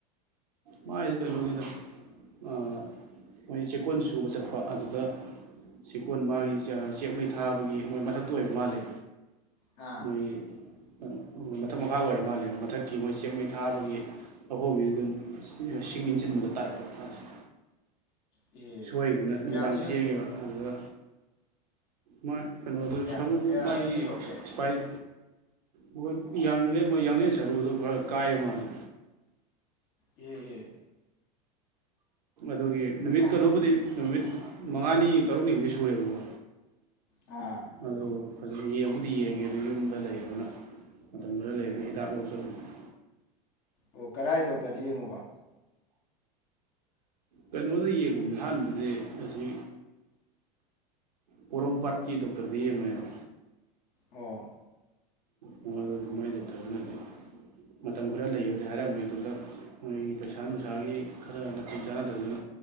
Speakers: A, on the right; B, on the left.
A: ꯃꯥꯏꯗ ꯀꯩꯅꯣꯅꯤꯗ ꯑꯥ ꯃꯣꯏ ꯆꯦꯛꯀꯣꯟ ꯁꯨꯕ ꯆꯠꯄ ꯑꯗꯨꯗ ꯆꯦꯛꯀꯣꯟ ꯃꯥꯒꯤ ꯆꯦꯑꯥ ꯆꯦꯛꯃꯩ ꯊꯥꯕꯒꯤ ꯃꯣꯏ ꯃꯊꯛꯇꯨ ꯑꯣꯏꯕ ꯃꯥꯜꯂꯦ
B: ꯑꯥ
A: ꯃꯣꯏꯒꯤ ꯑꯥ ꯑꯥ ꯃꯊꯛ ꯃꯈꯥ ꯑꯣꯏꯔ ꯃꯥꯜꯂꯦꯕ ꯃꯊꯛꯀꯤ ꯃꯣꯏ ꯆꯦꯛ ꯃꯩ ꯊꯥꯕꯒꯤ ꯑꯍꯣꯕꯤꯗꯨꯗ ꯁꯤꯡ ꯏꯟꯁꯤꯟꯕꯗ ꯇꯥꯔꯛꯂꯣ ꯑꯁ
B: ꯏꯍꯦ
A: ꯁꯣꯏꯗꯅ ꯅꯨꯃꯤꯗꯥꯡ
B: ꯀꯌꯥꯝ ꯊꯤꯅ
A: ꯊꯦꯡꯉꯦꯕ ꯑꯗ ꯃꯥꯏ ꯀꯩꯅꯣꯗꯨ
B: ꯀꯌꯥ
A: ꯁꯔꯨ
B: ꯀꯌꯥꯝ
A: ꯃꯥꯒꯤ
B: ꯊꯤꯅ ꯁꯣꯛꯀꯦ
A: ꯏꯁꯄꯥꯏꯠ ꯃꯣꯏ ꯌꯥꯡꯂꯦꯟ ꯃꯣꯏ ꯌꯥꯡꯂꯦꯟ ꯁꯔꯨꯗ ꯈꯔ ꯀꯥꯏꯕ ꯃꯥꯜꯂꯦ
B: ꯏꯍꯦ ꯏꯍꯦ
A: ꯑꯗꯨꯒꯤ ꯅꯨꯃꯤꯠ
B: ꯑꯁ
A: ꯀꯩꯅꯣꯕꯨꯗꯤ ꯅꯨꯃꯤꯠ ꯃꯉꯥꯅꯤ ꯇꯔꯨꯛꯅꯤꯕꯨꯨꯗꯤ ꯁꯨꯔꯦꯕꯀꯣ
B: ꯑꯥ
A: ꯑꯗꯣ ꯐꯖꯅ ꯌꯦꯡꯕꯨꯗꯤ ꯌꯦꯡꯉꯦ ꯑꯗꯨ ꯌꯨꯝꯗ ꯂꯩꯔꯣꯅ ꯃꯇꯝ ꯈꯔ ꯂꯩꯔꯒ ꯍꯤꯗꯥꯛ ꯂꯧ ꯆꯠꯂꯨꯕꯅꯦ꯫
B: ꯑꯣ ꯀꯔꯥꯏ ꯗꯣꯛꯇꯔꯗ ꯌꯦꯡꯉꯨꯕ꯫
A: ꯀꯩꯅꯣꯗ ꯌꯦꯡꯉꯨꯝꯕꯅꯦ ꯑꯍꯥꯟꯕꯗꯗꯤ ꯑꯁꯤ ꯄꯣꯔꯣꯝꯄꯥꯠꯀꯤ ꯗꯣꯛꯇꯔꯗ ꯌꯦꯡꯕꯅꯦꯕ꯫
B: ꯑꯣ
A: ꯃꯉꯣꯟꯗ ꯃꯥꯏ ꯗꯣꯛꯇꯔꯗꯨꯅꯗꯤ ꯃꯇꯝ ꯈꯔ ꯂꯩꯌꯣꯗꯤ ꯍꯥꯏꯔꯝꯃꯦ ꯑꯗꯨꯗ ꯃꯣꯏꯒꯤ ꯄꯩꯁꯥ ꯅꯨꯡꯁꯥꯒꯤ ꯈꯔ ꯅꯥꯊꯩ ꯆꯥꯟꯅꯗꯗꯅ